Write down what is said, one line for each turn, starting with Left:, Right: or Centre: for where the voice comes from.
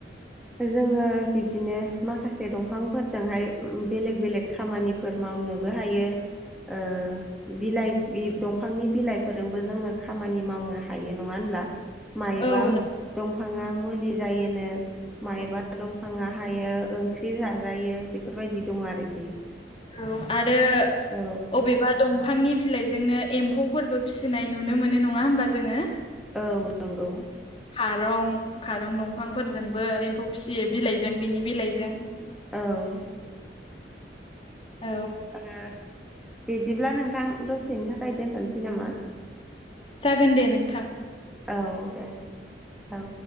Centre: जोङो बिदिनो माखासे दंफांफोरजोंहाय बेलेग बेलेग खामानिफोर मावनोबो हायो ओ बिलाइ बि दंफां फांनि बिलाइफोरजोंबो जोङो खामानि मावनो हायो नङा होनब्ला माइबा
Left: औ
Centre: दंफाङा मुलि जायोनो मायबा दंफांआ हायो ओंख्रि जाजायो बेफोरबायदि दङ आरोखि
Left: औ आरो
Centre: औ
Left: अबेबा दंफांनि बिलाइ जोंनो एम्फौफोरबो फिसिनाय नुनो मोनो नङा होमबा जोङो।
Centre: औ नोंगौ।
Left: खारं खारं दंफांफोरजोंबो एम्फौ फिसियो बिलाइजों बिनि बिलाइजों।
Centre: औ।
Left: औ
Centre: ओ। बिदिब्ला नोंथां दसेनि थाखाय दोनथनोसै नामा।
Left: जागोन दे नोंथां
Centre: औ दे औ।